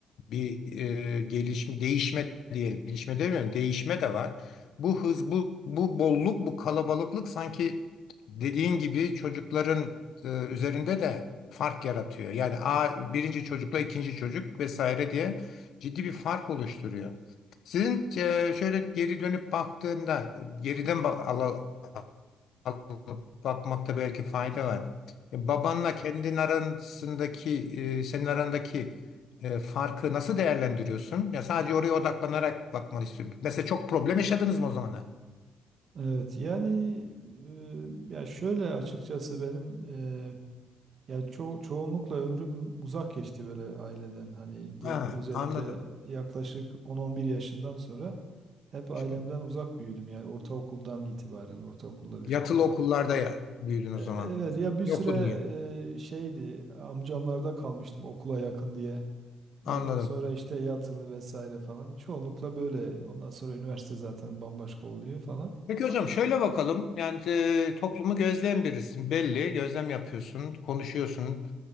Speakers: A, on the left; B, on the right.
A: bir e, gelişme değişme diyelim. Gelişme demiyorum, değişme de var. Bu hız, bu bu bolluk, bu kalabalıklık sanki dediğin gibi çocukların e, üzerinde de fark yaratıyor. Yani A birinci çocukla ikinci çocuk vesaire diye ciddi bir fark oluşturuyor. Sizin e, şöyle geri dönüp baktığında geriden ba- ala- alıp bakmakta belki fayda var. E, Babanla kendin arasındaki e, senin arandaki e, farkı nasıl değerlendiriyorsun? Ya sadece oraya odaklanarak bakmanı istiyorum. Mesela çok problem yaşadınız mı o zamana?
B: Evet yani e, ya şöyle açıkçası benim e, ya ço çoğunlukla ömrüm uzak geçti böyle aileden hani diyelim
A: Ha,
B: özellikle
A: anladım.
B: yaklaşık 10-11 yaşından sonra hep ailemden
A: Hmm.
B: uzak büyüdüm yani ortaokuldan itibaren ortaokulla birlikte.
A: Yatılı okullarda ya, büyüdün
B: E,
A: o
B: Evet
A: zaman.
B: ya bir
A: Ne
B: süre
A: Okudun yani.
B: e, şeydi amcamlarda kalmıştım okula yakın diye. Ondan
A: Anladım.
B: sonra işte yatılı vesaire falan çoğunlukla böyle ondan sonra üniversite zaten bambaşka oluyor falan.
A: Peki hocam şöyle bakalım. Yani e, toplumu gözleyen birisin. Belli. Gözlem yapıyorsun. Konuşuyorsun.